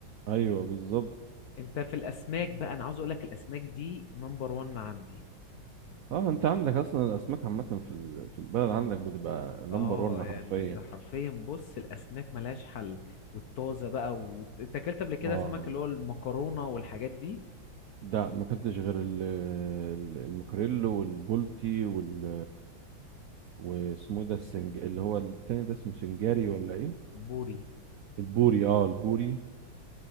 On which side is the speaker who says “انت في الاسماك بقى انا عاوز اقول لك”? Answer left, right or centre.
Left